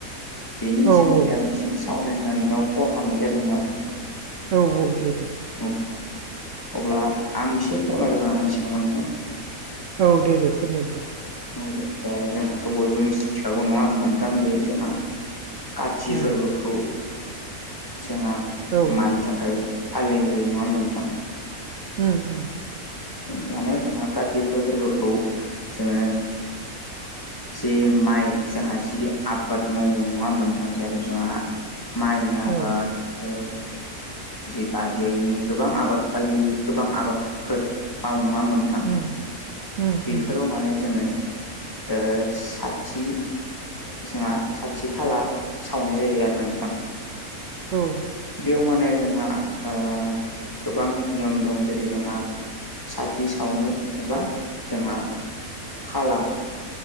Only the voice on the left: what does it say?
बेनि
सोमोन्दै
आं एसे सावराय होना नोंथां कल खालामनाय जादोंमोन आरो नोंथां।
औ अब्ला आं एसे फोरमायग्रोना होनोसै नामा नोंथां?
न जाया जोंहाथ' बयबो मिथिखागौ नङा होनोमबानोथां जे जोंहा काति
फोरबोखौ जोंहा
मानि थाखाय फालिनाय जायो नङा होनबा नोंथां?
माने जोंहा काति फोरबोखौ जोङो जि माइ जोंहा जि आबाद मावो नङा होनबानो थाङ जेराव जोंहा माइनि आबाद
ओ जि बारियनि गोबां आबाद बायदि गोबां आबादफोर मावनाय नङा होनोम नोंथां?
बेफोराव
माने जोङो ओ साथि जोंहा साथि खाला सावनाय जायो आरो। गोनांथां
बेयाव माने जोंहा ओ गोबां नियम दं जेरै जोंहा साथि सावनो एबा जोंहा खाला